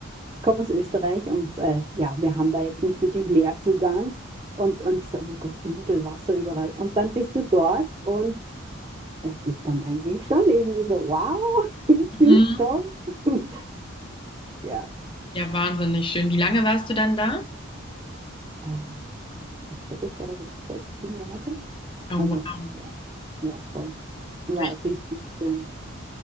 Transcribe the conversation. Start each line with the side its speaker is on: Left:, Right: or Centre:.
Right: ich komme aus Österreich und äh, ja, wir haben da jetzt nicht wirklich mehr Zugang. Und, und ich so, oh mein Gott, Insel, Wasser überall. Und dann bist du dort und es ist dann eigentlich schon irgendwie so, wow, <laughs> ich
Left: Mhm.
Right: finde es toll. <laughs> Ja,
Left: Ja, wahnsinnig schön. Wie lange warst du dann da?
Right: äh, ich glaube, ich war da so sechs, sieben Monate.
Left: Oh,
Right: Also,
Left: wow.
Right: ja, ja, voll. War
Left: Richtig
Right: richtig schön.